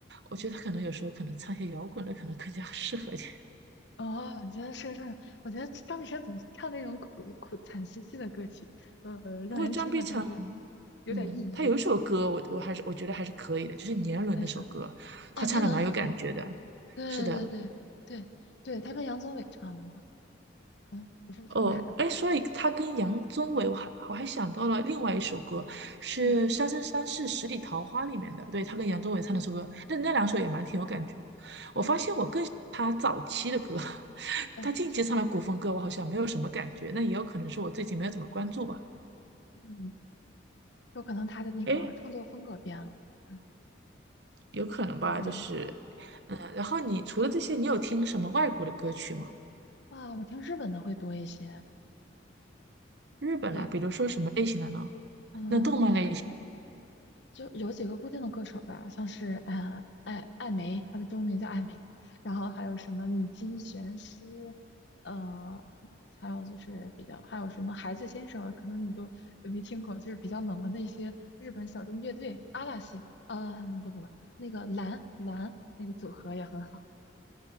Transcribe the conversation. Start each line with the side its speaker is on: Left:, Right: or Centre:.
Right: 我觉得她可能有时候可能唱一些摇滚的可能更加适合一点。
Left: 哦，你觉得是个唱手我觉得张碧晨总是唱那种苦苦惨兮兮的歌曲，呃，呃让人听了感觉
Right: 不过张碧晨，
Left: 有点抑郁，
Right: 嗯，她有一首歌我我还是我觉得还是可以的，就是《年轮》那首歌，
Left: 但是。哦，
Right: 她唱的蛮有感觉的。
Left: 年轮很好对对对对对，
Right: 是的，
Left: 他跟杨宗纬唱的嘛。嗯，我是不是串台了？
Right: 哦，哎，所以他跟杨宗纬，我还我还想到了另外一首歌，是《三生三世十里桃花》里面的，
Left: 嗯
Right: 对，他跟杨宗纬唱那首歌，
Left: 嗯
Right: 那那两首也蛮挺有感觉。我发现我更喜欢他早期的歌，
Left: 嗯嗯
Right: <laughs>
Left: 嗯
Right: 他近期唱的古风歌我好像没有什么感觉，那也有可能是我最近没有怎么关注吧，
Left: 嗯，有可能他的那个创作风格变了，
Right: 哎，
Left: 嗯，
Right: 有可能吧，
Left: 有可能。
Right: 就是，嗯，然后你除了这些，
Left: 嗯
Right: 你有听什么外国的歌曲吗？
Left: 啊，我听日本的会多一些。
Right: 日本啊，
Left: 对，
Right: 比如说什么类型的呢？
Left: 嗯、
Right: 那动漫类。
Left: 呃，算是。
Right: 型？
Left: 就有几个固定的歌手吧，像是呃艾艾梅，她的中文名叫艾梅，然后还有什么米津玄师，呃，还有就是比较还有什么孩子先生，可能你都没听过，就是比较冷门的一些日本小众乐队阿拉西，呃，不不不，那个蓝蓝那个组合也很好，